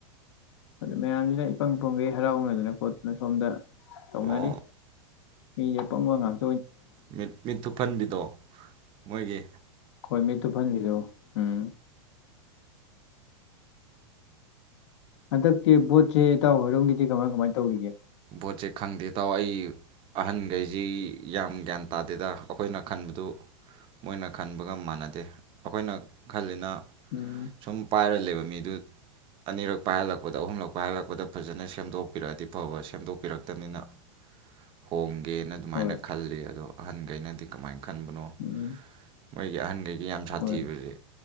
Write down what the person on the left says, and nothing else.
ꯑꯗꯨ ꯃꯌꯥꯝꯁꯤꯅ ꯏꯄꯪ ꯄꯣꯡꯒꯩ ꯍꯔꯥꯎꯅꯗꯅ ꯄꯣꯠꯇꯨꯅ ꯁꯣꯝꯗ ꯇꯧꯅꯔꯤ
ꯍꯄꯨꯡꯒꯉꯦ
ꯑꯩꯣꯏ ꯃꯤꯠꯇꯨ ꯐꯟꯕꯤꯗꯣ ꯎꯝ ꯍꯟꯗꯛꯇꯤ ꯕꯣꯠꯁꯦ ꯏꯇꯥꯎ ꯍꯣꯏꯔꯣꯝꯒꯤꯗꯤ ꯀꯃꯥꯏ ꯀꯃꯥꯏ ꯇꯧꯔꯤꯒꯦ
ꯎꯝ
ꯍꯣꯏ
ꯎꯝ
ꯍꯣꯏ